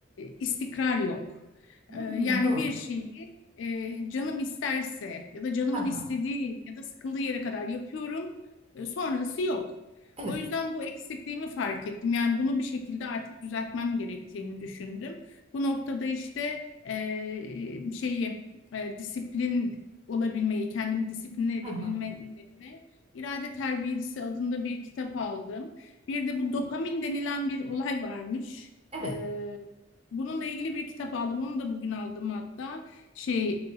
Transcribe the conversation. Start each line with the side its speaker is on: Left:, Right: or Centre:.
Left: istikrar yok.
Right: Hmm,
Left: E, yani
Right: doğru.
Left: bir şeyi e, canım isterse ya da canımın
Right: Ha,
Left: istediği
Right: ha.
Left: ya da sıkıldığı yere kadar yapıyorum. E, sonrası yok.
Right: Evet.
Left: O yüzden bu eksikliğimi fark ettim. Yani bunu bir şekilde artık düzeltmem gerektiğini düşündüm. Bu noktada işte e, şeyi e, disiplin olabilmeyi, kendimi disipline edebilme
Right: Hı hı.
Left: üzerine irade terbiyesi adında bir kitap aldım. Bir de bu dopamin denilen bir olay varmış.
Right: Evet.
Left: E, bununla ilgili bir kitap aldım. Onu da bugün aldım hatta şey